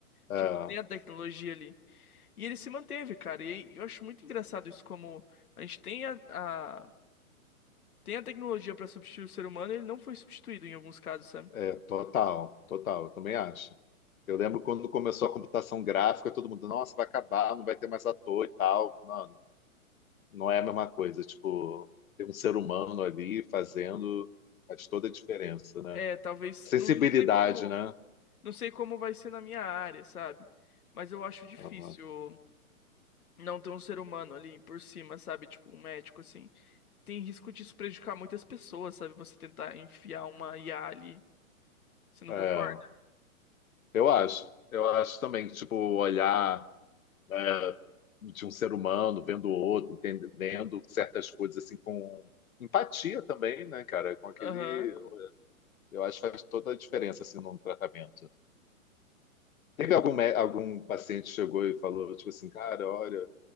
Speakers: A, on the left; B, on the left.
A: É,
B: Tipo, tem a tecnologia ali. E ele se manteve, cara. E eu acho muito engraçado isso, como a gente tem a, a- tem a tecnologia pra substituir o ser humano e ele não foi substituído em alguns casos, sabe?
A: é, total, total, eu também acho. Eu lembro quando começou a computação gráfica, todo mundo, nossa, vai acabar, não vai ter mais ator e tal. Mano, não é a mesma coisa, tipo, ter um ser humano ali fazendo faz toda a diferença, né?
B: É, talvez.
A: Sensibilidade,
B: Não, não sei como.
A: né?
B: Não sei como vai ser na minha área, sabe? Mas eu acho difícil.
A: Aham.
B: não ter um ser humano ali por cima, sabe? Tipo, um médico, assim. Tem risco de isso prejudicar muitas pessoas, sabe? Você tentar enfiar uma IA ali. Você não
A: É,
B: concorda?
A: eu acho, eu acho também, tipo, olhar né, de um ser humano vendo o outro, entendendo certas coisas assim com empatia também, né, cara? Com aquele,
B: Aham.
A: eu acho que faz toda a diferença assim num tratamento. Teve algum mé- algum paciente que chegou e falou tipo assim, cara, olha,